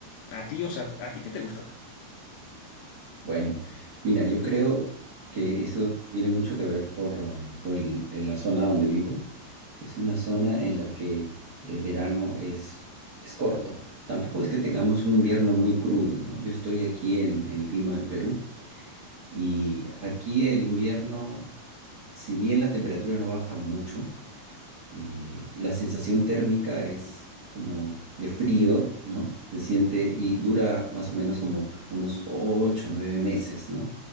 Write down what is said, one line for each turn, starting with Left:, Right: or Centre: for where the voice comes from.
Left: A ti, o sea, ¿a ti qué te gusta?
Right: Bueno, mira, yo creo que eso tiene mucho que ver por, ah, por el- eh, la zona donde vivo. Es una zona en la que el verano es, es corto. Tampoco es que tengamos un invierno muy crudo, ¿no? Yo estoy aquí en, en Lima, en Perú, y aquí el invierno, si bien la temperatura no baja mucho, eh, la sensación térmica es como de frío, ¿no? Se siente y dura más o menos como unos ocho o nueve meses, ¿no?